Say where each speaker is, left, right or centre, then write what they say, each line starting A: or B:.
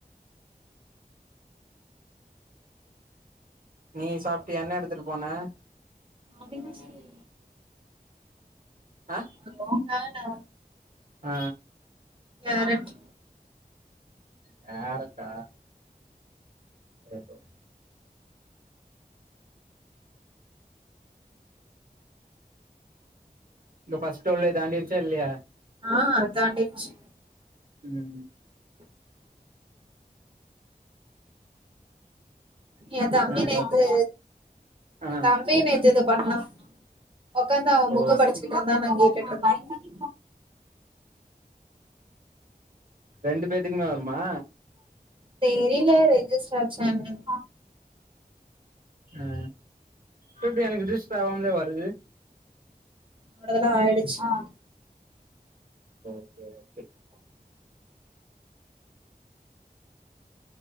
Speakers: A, on the right; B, on the right.
A: நீ சாப்ட்டியா என்ன எடுத்துட்டு போன
B: ஆப்வியஸ்லி
A: ஆ
B: ஆ ஹோம்க்காக நா
A: ஆ
B: கேரட்
A: கேரெட்டா ஏதோ இந்த ஃபஸ்ட் ரோல்லே தாண்டிருச்சா இல்லையா
B: ஆ அது தாண்டிருச்சு
A: ம்
B: ஏ தம்பி
A: நா
B: நேத்து
A: பாட்டுக்கு ஆ
B: ஏ தம்பி நேத்து இது பண்ணா ஒக்காந்து அவ
A: ஓ
B: புக்க படிச்சிட்டு இருந்தா நா கேட்டுட்டு இருந்த
A: ரெண்டு பேர்த்துக்குமே வருமா
B: தெரிலே ரெஜிஸ்டர் ஆச்சா என்னனு
A: ஆ திருப்பி எனக்கு ரிஜிஸ்டர் ஆகாமலே வருது
B: <unintelligible> ல்ல ஆயிடுச்சா
A: ஓகே ஓகே